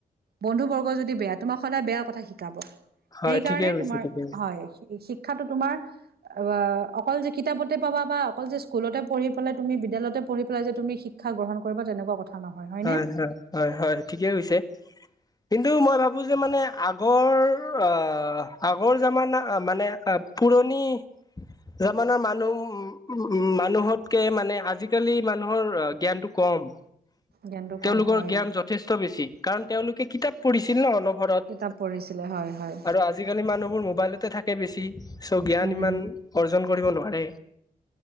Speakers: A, on the right; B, on the left.
A: বন্ধু বৰ্গ যদি বেয়া তোমাক সদায় বেয়া কথা শিকাব।
B: হয়
A: সেইকাৰণে
B: ঠিকে কৈছে
A: তোমাৰ
B: ঠিকে কৈছে
A: হয়। শিক্ষাটো তোমাৰ অ অকল যে কিতাপতে পাবা বা অকল যে স্কুলতে পঢ়ি পেলাই তুমি বিদালয়তে পঢ়ি পাই যে তুমি শিক্ষাগ্ৰহন তেনেকুৱা কথা নহয় হয়নে?
B: হয় হয় হয় হয় ঠিকেছে কিন্তু মই ভাব- টো যে মানে আগৰ আহ আগৰ যামান মানে পুৰণি যামানা মানুহ উ মানুহতকে মানে আজিকালি মানুহৰ জ্ঞানটো কম অ
A: জ্ঞানটো কম
B: তেওঁলোকৰ
A: হয়
B: জ্ঞান যথেষ্ট বেছি কাৰণ তেওঁলোকে কিতাপ পঢ়িছিল ন অন- ঘৰত
A: কিতাপ পঢ়িছিলে হয় হয়
B: আৰু আজিকালি মানুহবোৰ মোবাইলতে থাক- কে বেছি চ' জ্ঞান
A: উম
B: ইমান অৰ্জন কৰিব নোৱাৰে।